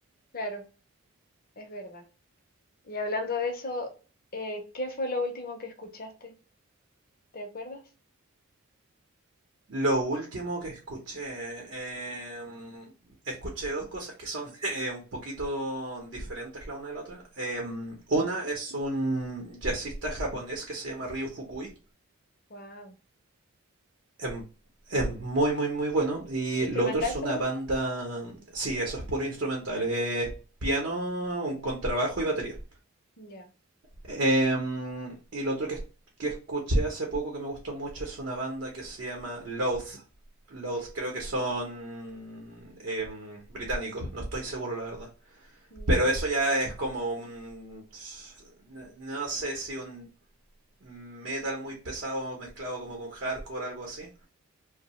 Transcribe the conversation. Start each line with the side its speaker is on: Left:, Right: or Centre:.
Left: Claro, es verdad. Y hablando de eso, eh, ¿qué fue lo último que escuchaste? ¿Te acuerdas?
Right: Lo último que escuché, em, escuché dos cosas que son <laughs> eh, un poquito diferentes la una de la otra. Em, una es un jazzista japonés que se llama Ryu Fukui.
Left: Wow.
Right: Em, Es muy, muy, muy bueno. Y
Left: ¿Instrumental
Right: lo otro es
Left: solamente?
Right: una banda... Sí, eso es puro instrumental. Es piano, un contrabajo y batería.
Left: Ya,
Right: Em, y lo otro que, que escuché hace poco que me gustó mucho es una banda que se llama Loath. Loath creo que son em, británicos, no estoy seguro la verdad.
Left: ya.
Right: Pero eso ya es como un... n- No sé si un metal muy pesado mezclado como con hardcore algo así.